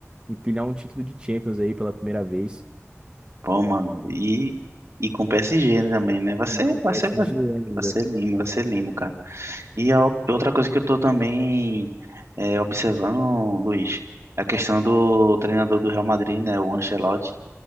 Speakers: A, on the right; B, on the right.
A: empilhar um título de Champions aí pela primeira vez.
B: Pô, mano, e, e com o PSG também, né? Vai ser,
A: E com o
B: vai
A: PSG
B: ser, vai
A: ainda.
B: ser lindo, vai ser lindo, cara. E a ou- outra coisa que eu tô também é, observando, Luiz, é a questão do treinador do Real Madrid, né? O Ancelotti,